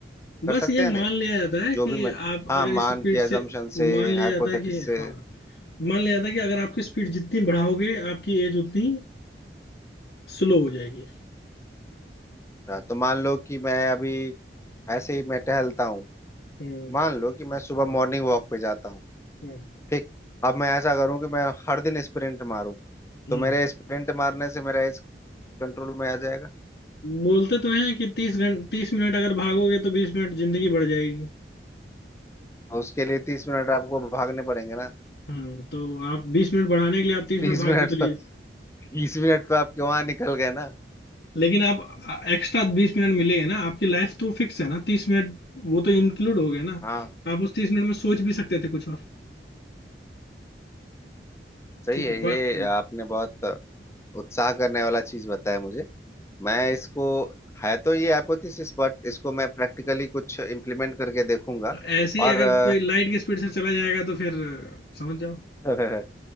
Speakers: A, on the left (about 15°); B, on the left (about 70°).
A: कर
B: बस
A: सकते
B: ये मान
A: हैं नहीं
B: लिया जाता है
A: जो
B: कि
A: भी मैं
B: आप अगर
A: हाँ मान
B: इस स्पीड
A: के अजम्पशन
B: से
A: से
B: मान लिया
A: हाइपोथेटिस
B: जाता है कि
A: से
B: हाँ मान लिया जाता है कि अगर आपकी स्पीड जितनी बढ़ाओगे आपकी एज उतनी स्लो हो जाएगी
A: रहा। तो मान लो कि मैं अभी ऐसे ही मैं टहलता हूँ
B: हम्म
A: मान लो कि मैं सुबह
B: हम्म
A: मॉर्निंग वॉक पे जाता हूँ
B: हम्म
A: ठीक अब मैं ऐसा करूँ कि मैं हर दिन स्प्रिंट मारूं
B: हम्म।
A: तो मेरे स्प्रिंट मारने से मेरा एज कंट्रोल में आ जाएगा
B: बोलते तो हैं कि तीस घंटे तीस मिनट अगर भागोगे तो बीस मिनट जिंदगी बढ़ जाएगी
A: और उसके लिए तीस मिनट आपको भागने पड़ेंगे ना
B: हम्म तो आप बीस मिनट बढ़ाने के लिए आप तीस
A: तीस
B: मिनट भाग
A: मिनट
B: भी तो लिए
A: तो तीस मिनट तो आप वहां निकल गए ना
B: लेकिन आप एक्स्ट्रा बीस मिनट मिलेंगे ना आपकी लाइफ तो फिक्स है ना तीस मिनट वो तो इंक्लूड हो गए ना
A: हाँ
B: आप उस तीस मिनट में सोच भी सकते थे कुछ और
A: सही
B: ठीक
A: है
B: है बा-
A: ये
B: तो,
A: आपने बहुत उत्साह करने वाला चीज बताया मुझे मैं इसको है तो ये हाइपोथेसिस बट इसको मैं प्रैक्टिकली कुछ इम्प्लीमेंट करके देखूंगा
B: तो ऐसे ही
A: और
B: अगर
A: अ,
B: कोई लाइट की स्पीड से चला जाएगा तो फिर अ, समझ जाओ <laughs>
A: <laughs>